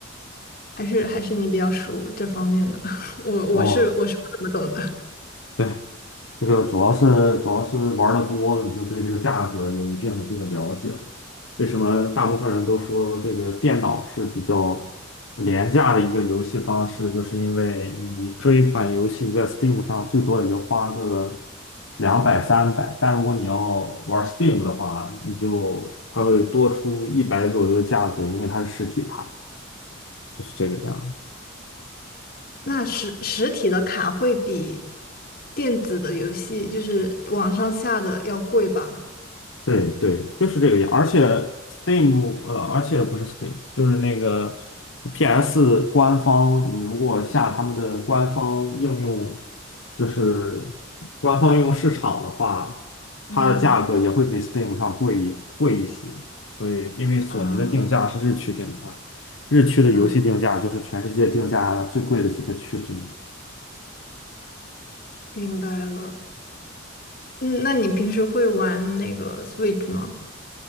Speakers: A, on the left; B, on the left.
A: 还是还是你比较熟这方面的，<laughs> 我我是我是不怎么懂的。
B: 哦，对。这个主要是主要是玩的多了你就对这个价格有一定的这个了解了。为什么大部分人都说这个电脑是比较廉价的一个游戏方式，就是因为你这一款游戏你在 Steam 上最多也就花个两百三百，但如果你要玩 Steam 的话，你就它会多出一百左右的价格，因为它是实体盘，就是这个样儿。
A: 那实实体的卡会比电子的游戏，就是网上下的要贵吧？
B: 对对，就是这个样。而且 Steam，呃，而且不是 Steam，就是那个 PS 官方，你如果下他们的官方应用，就是官方应用市场的话，它的价格也会比
A: 嗯
B: Steam 上贵一贵一些。所以，因为索尼的定价是日区定价，
A: 啊
B: 日区的游戏定价就是全世界定价最贵的几个区之一。
A: 啊，明白了。嗯，那你平时会玩那个 Switch 吗？